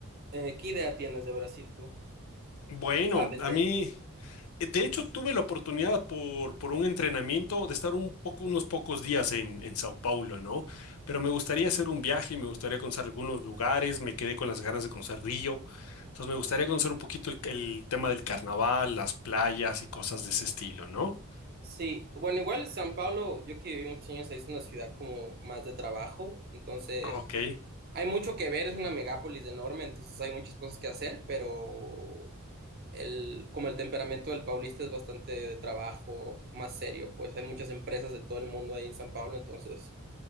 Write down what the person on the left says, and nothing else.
Bueno,
a
mí.
Eh, De hecho, tuve la oportunidad por, por un entrenamiento de estar un poco, unos pocos días en, en Sao Paulo, ¿no? Pero me gustaría hacer un viaje me gustaría conocer algunos lugares, me quedé con las ganas de conocer Río, entonces me gustaría conocer un poquito el, el tema del carnaval, las playas y cosas de ese estilo, ¿no?
Ok,